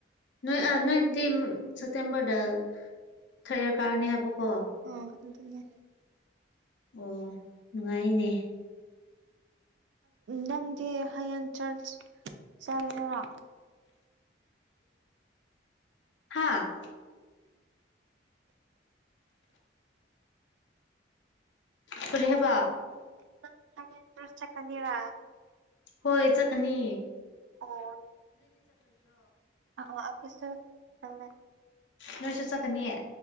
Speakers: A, on the left (about 80°); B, on the right (about 80°).
A: ꯅꯣꯏ ꯅꯣꯏꯗꯤ ꯁꯦꯞꯇꯦꯝꯕꯔꯗ ꯊꯥꯔꯗ ꯌꯔ ꯀꯥꯔꯅꯤ ꯍꯥꯏꯕꯀꯣ
B: ꯑ ꯑꯗꯨꯅꯦ
A: ꯑꯣ ꯅꯨꯡꯉꯥꯏꯌꯦꯅꯦ
B: ꯅꯪꯗꯤ ꯍꯌꯦꯡ ꯆꯔꯁ ꯆꯠꯂꯦꯔꯥ
A: ꯍꯥꯥ ꯀꯔꯤ ꯍꯥꯕ
B: ꯅꯪ ꯍꯌꯦꯡ ꯆꯔꯁ ꯆꯠꯀꯅꯤꯔꯥ
A: ꯍ ꯆ ꯀꯅꯤ
B: ꯑꯣ ꯑ ꯑꯩꯈꯣꯏꯁꯨ ꯆꯂꯦ
A: ꯅꯣꯏꯁꯨ ꯆꯠꯀꯅꯤꯌꯦ